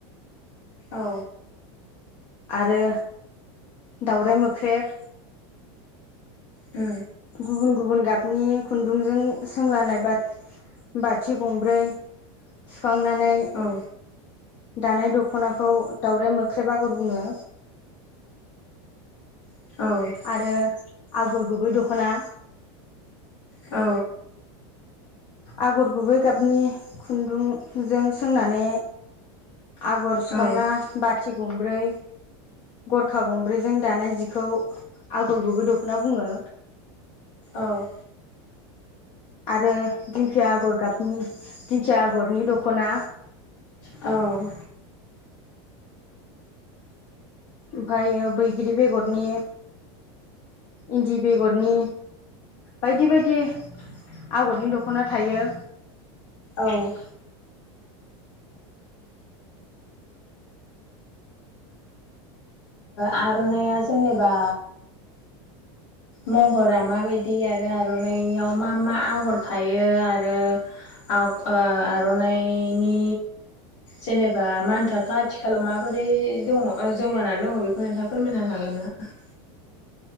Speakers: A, on the left; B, on the left.
A: औ
B: आरो दावराय मोख्रेब।
A: ओ।
B: गुबुन गुबुन गाबनि खुन्दुंजों सोंलानाय बा बाथि गंब्रै सुखांनानै
A: औ
B: दानाय दख'नाखौ दावराइ मोख्रेब आगर बुङो।
A: औ
B: आरो आगर गुबै दख'ना
A: औ।
B: आगर गुबै गाबनि खुन्दुंजों सोंनानै आगर सुखांना
A: औ
B: बाथि गंब्रै गरखा गंब्रैजों दानाय जिखौ आगर गुबै दख'ना बुङो।
A: औ।
B: आरो दिंखिया आगर गाबनि दिंखिया आगरनि दख'ना
A: औ
B: ओमफ्रायो बैग्रि बेगरनि इन्दि बेगरनि बायदि बायदि आगरनि दख'ना थायो
A: दं आर'नाइया जेनेबा महरा माबायदि आरो आर'नाइयाव मा मा आगर थायो आरो आं ओआर'नाइनि जेनेबा मा होन थाखो आथिखालाव माबोरै दङ जौगानानै दङ बेखौ नोंथाङा फोरमायनो हागोन ना <inaudible>